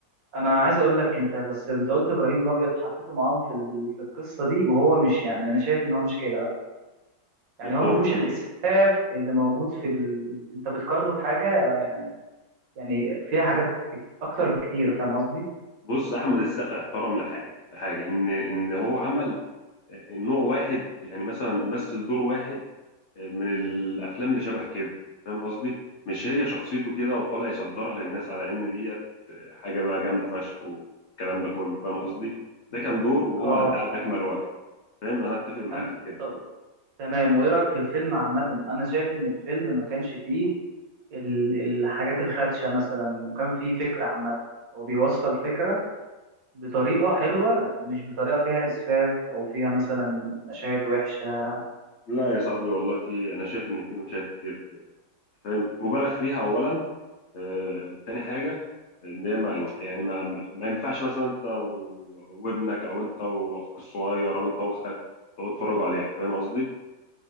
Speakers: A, on the right; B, on the left.
A: انا عايز اقول لك انت بس انت قلت ابراهيم الابيض حطيته معاهم في ال... في القصه دي وهو مش يعني انا شايف ان هو مش كده يعني
B: بت-
A: هو ما فيهوش الاسفاف اللي موجود في ال... انت بتقارنه بحاجه آه، يعني يعني فيها حاجات بك... اكتر بكتير فاهم قصدي
B: بص احمد السقا احترم لحاجه لحاجه ان ان هو عمل آه، نوع واحد يعني مثلا مثل دور واحد من الافلام اللي شبه كده فاهم قصدي مش هي شخصيته كده وطالع يصدرها للناس على ان دي حاجه بقى جامده فشخ والكلام ده كله فاهم قصدي ده كان دور وهو
A: اه
B: ادى على اكمل وجه فاهم انا اتفق معاك
A: انا
B: في كده
A: طب تمام وايه رايك في الفيلم عامه انا شايف ان الفيلم ما كانش فيه ال... الحاجات الخادشه مثلا وكان فيه فكره عامه هو بيوصل فكره بطريقه حلوه مش بطريقه فيها اسفاف او فيها مثلا مشاهد وحشه
B: لا يا صاحبي والله في انا شايف ان في مشاهد كتير فاهم مبالغ فيها اولا آه، تاني حاجه ان هي ما يعني ما, ما ما ينفعش مثلا انت و- وابنك او انت واخوك الصغير او انت واختك تقعدوا تتفرجوا عليها فاهم قصدي